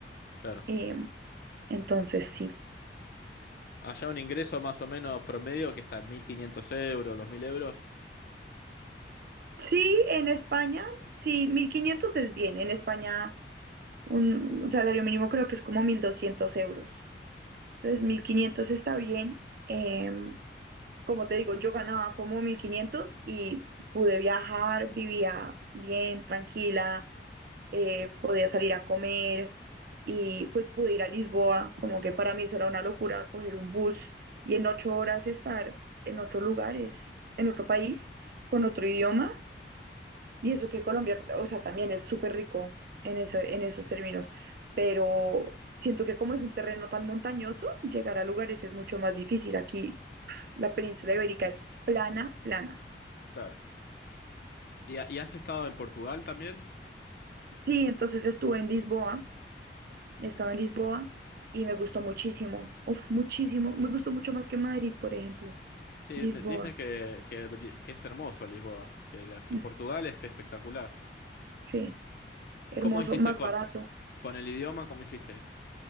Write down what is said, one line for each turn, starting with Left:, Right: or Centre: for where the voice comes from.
Left: claro.
Right: Em, entonces sí.
Left: Allá un ingreso más o menos promedio que está en 1.500 euros, 2.000 euros.
Right: Sí, en España, sí, 1.500 es bien. En España un salario mínimo creo que es como 1.200 euros. Entonces
Left: Ujú.
Right: mil quinientos está bien. Eh, como te digo, yo ganaba como 1500 y pude viajar, vivía bien, tranquila, eh, podía salir a comer y pues pude ir a Lisboa, como que para mí eso era una locura, coger un bus y en ocho horas estar en otros lugares, en otro país, con otro idioma. Y eso que Colombia, o sea, también es súper rico en ese-
Left: Mm,
Right: en esos términos, pero siento que como es un terreno tan montañoso, llegar a lugares es mucho más difícil. Aquí la península ibérica es plana, plana.
Left: claro. ¿Y, ha- y has estado en Portugal también?
Right: Sí, entonces estuve en Lisboa, estaba
Left: Mm.
Right: en Lisboa y me gustó muchísimo, uf, muchísimo, me gustó mucho más que Madrid, por ejemplo.
Left: Sí,
Right: Lisboa,
Left: me- dicen que, que, Li- que es hermoso Lisboa, que, la, que
Right: mm,
Left: Portugal es espectacular.
Right: sí, hermoso,
Left: ¿Y cómo hiciste
Right: más
Left: con,
Right: barato.
Left: con el idioma? ¿Cómo hiciste?